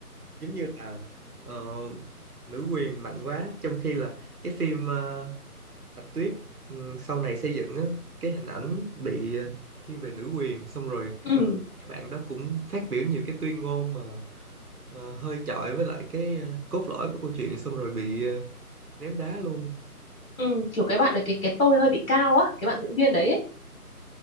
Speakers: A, on the right (about 70°); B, on the left (about 60°).
A: giống như là ờ, nữ quyền mạnh quá trong khi là cái phim ờ, Bạch Tuyết ừ, sau này xây dựng á, cái hình ảnh bị ờ, thiên về nữ quyền xong rồi
B: ừ
A: cái bạn đó cũng phát biểu nhiều cái tuyên ngôn mà ờ, hơi chọi với lại cái ờ, cốt lõi của câu chuyện xong rồi bị ờ, ném đá luôn
B: ừ kiểu cái bạn này cái cái tôi hơi bị cao á cái bạn diễn viên đấy ấy.